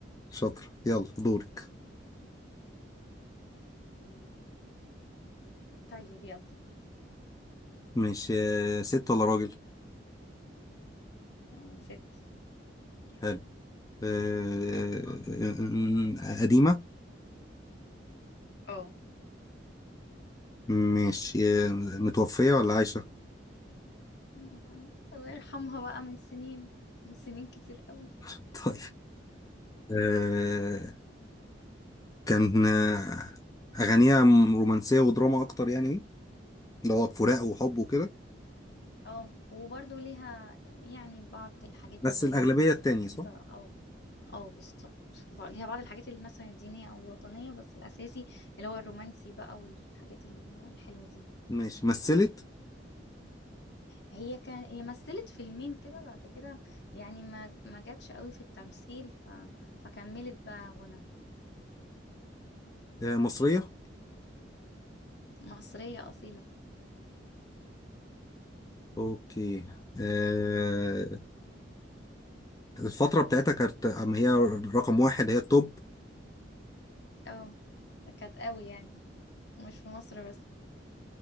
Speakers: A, on the left; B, on the left.
A: شاطر يلا دورك
B: طيب أمم، طيب يلا
A: مش آه، ست ولا راجل
B: أمم، ست
A: حلو آه، آه، قديمة
B: اه
A: مش آه، متوفية ولا عايشة
B: أمم، الله يرحمها بقى من سنين من سنين كتير قوي
A: <laughs> طيب آه، كان آه، أغانيها رومانسية ودراما أكتر يعني اللي هو فراق وحب وكده
B: اه وبرضه ليها يعني بعض الحاجات
A: بس
B: اللي هي
A: الأغلبية التانية
B: بسيطة
A: صح؟
B: اه اه بالظبط ب- ليها بعض الحاجات اللي مثلا الدينية او الوطنية بس الاساسي اللي هو الرومانسي بقى والحاجات ال- الحلوة دي
A: ماشي مثلت
B: هي كان هي مثلت فيلمين كده بعد كده يعني ما ما جاتش قوي في التمثيل ف... فكملت بقى غنى
A: آه، مصرية
B: مصرية أصيلة
A: أوكي آه، الفترة بتاعتها كانت أما هي رقم واحد هي التوب
B: اه كانت قوي يعني مش في مصر بس